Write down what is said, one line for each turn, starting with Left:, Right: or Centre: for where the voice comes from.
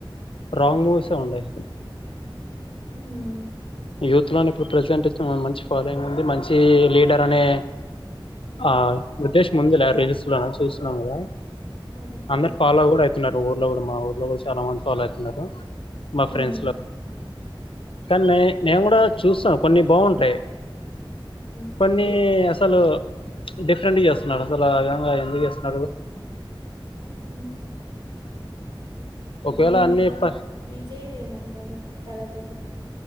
Left: రాంగ్ మూవీసే ఉన్నాయి
Right: ఉమ్
Left: యూత్ లోనే ఇప్పుడు ప్రజెంట్ మంచి ఫాలోయింగ్ ఉంది మంచి లీడర్ అనే ఆ ఉద్దేష్ ముందులా రీల్స్ లో చూస్తున్నాం కదా
Right: అవును
Left: అందరూ
Right: ఉమ్
Left: ఫాలో కూడా అయితున్నారు ఊర్లో కూడా మా ఊర్లో కూడా చాలా మంది ఫాలో అవుతున్నారు మా
Right: ఉమ్
Left: ఫ్రెండ్స్ లో కానీ
Right: ఉమ్
Left: నే నేను కూడా చూస్తాను కొన్ని బాగుంటాయి
Right: ఉ
Left: కొన్ని అసలు డిఫరెంట్ చేస్తున్నారు అసలు ఆ విధంగా ఎందుకు చేస్తున్నారు
Right: హ
Left: ఒకవేళ
Right: మీరు
Left: అన్ని
Right: ఇంకా
Left: ప
Right: విజయ్ దేమ అంటారు దళపతి